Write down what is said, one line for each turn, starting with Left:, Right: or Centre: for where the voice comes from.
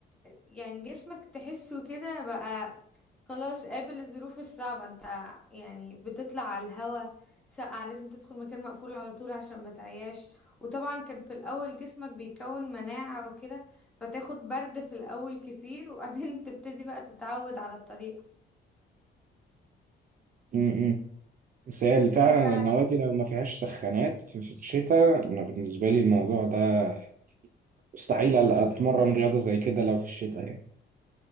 Centre: يعني جسمك تحسه كده بقى خلاص قابل الظروف الصعبة انت يعني بتطلع على الهوا ساقعة لازم تدخل مكان مقفول على طول عشان ما تعياش وطبعا كان في الاول جسمك بيكون مناعة وكده فتاخد برد في الاول كتير وبعدين <laughs> تبتدي بقى تتعود على الطريقة
Right: امم بس هي فعلا
Centre: انت
Right: النوادي لو ما فيهاش سخانات في في الشتاء أنا بالنسبة لي الموضوع ده مستحيل ألا أتمرن رياضة زي كده لو في الشتاء يعني